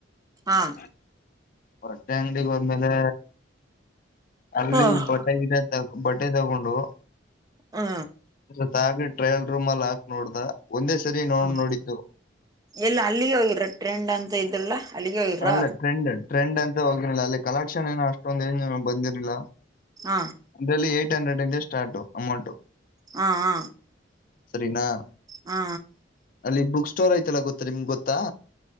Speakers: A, on the left; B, on the right.
A: <inaudible>
B: ಹಾ
A: ಬಟ್ಟೆ ಅಂಗಡಿಗೆ ಹೋದಮೇಲೆ. ಅಲ್ಲಿ
B: ಹ್ಮ್
A: ಬಟ್ಟೆ ಗಿಟ್ಟೆ ಬಟ್ಟೆ ತಗೊಂಡು.
B: ಹ್ಮ.
A: <unintelligible> ಟ್ರಯಲ್ ರೂಮ ಅಲ್ಲಿ ಹಾಕ್ ನೋಡ್ದ ಒಂದೇ ಸರಿ ನೋಡ್
B: ಹ್ಮ್
A: ನೋಡಿದ್ದು.
B: ಎಲ್ಲ ಅಲ್ಲಿ ಹೋಗ್ರ ಟ್ರೆಂಡ್ ಅಂತ ಇದ್ರಲ್ಲ. ಅಲ್ಲಿಗೆ ಹೋಗಿರ
A: ಅಲ್ಲ ಟ್ರೆಂಡ್ ಟ್ರೆಂಡ್ ಅಂತ ಹೋಗಿರಲಿಲ್ಲ ಅಲ್ಲಿ ಕಲೆಕ್ಷನ್ ಏನು ಅಷ್ಟೊಂದ ಏನು ಬಂದಿರಲಿಲ್ಲ.
B: ಹಾ.
A: ಬೆಲೆ ಏಟ್ ಹಂಡ್ರೆಡ್ ಇಂದ ಸ್ಟಾರ್ಟು ಅಮೌಂಟ್.
B: ಹಾ ಹಾ.
A: ಸರಿನಾ
B: ಹಾ
A: ಅಲ್ಲಿ ಬುಕ್ ಸ್ಟೌಲ್ ಐತಲ್ಲ ಗೊತ್ತರಿ ನಿಮ್ಗೆ ಗೊತ್ತಾ.